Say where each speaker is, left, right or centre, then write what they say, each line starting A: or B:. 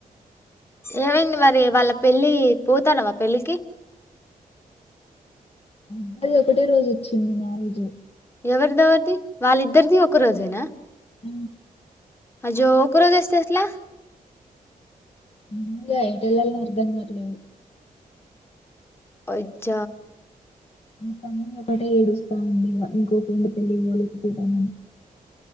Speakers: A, on the left; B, on the left.
A: ఏమైంది మరి వాళ్ళ పెళ్ళి పోతన్నవా పెళ్ళికి
B: ద్దది ఒకటే రోజు వచ్చింది మ్యారేజ్
A: ఎవరిది ఎవరిది వాళ్ళిద్దరిది ఒక రోజేనా
B: ఆ
A: హ జో ఒక్క రోజు ఇస్తే ఎట్ల
B: <unintelligible> ఎటు ఏళ్లలో అర్థం గట్లేదు
A: అయ్చ
B: ఒక అమ్మాయి ఒకటే ఏడుస్తా ఉంది ఇక ఇంకోటిండు పెళ్ళలి ఇవ్వలేకపోతానని